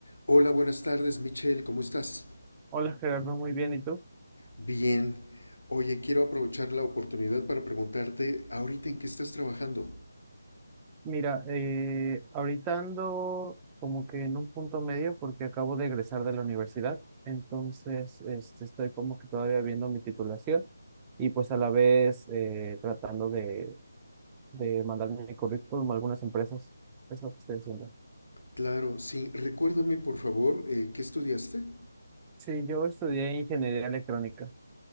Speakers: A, on the left; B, on the right.
A: Hola, buenas tardes, Michelle, ¿cómo estás?
B: Hola Gerardo, muy bien. ¿Y tú?
A: Bien. Oye, quiero aprovechar la oportunidad para preguntarte, ¿ahorita en qué estás trabajando?
B: Mira, eh, ahorita ando como que en un punto medio porque acabo de egresar de la universidad, entonces este, estoy como que todavía viendo mi titulación y pues a la vez eh, tratando de, de mandar mi currículum a algunas empresas. Es lo que estoy haciendo.
A: Claro, sí. Recuérdame, por favor, eh, ¿qué estudiaste?
B: Sí, yo estudié ingeniería electrónica.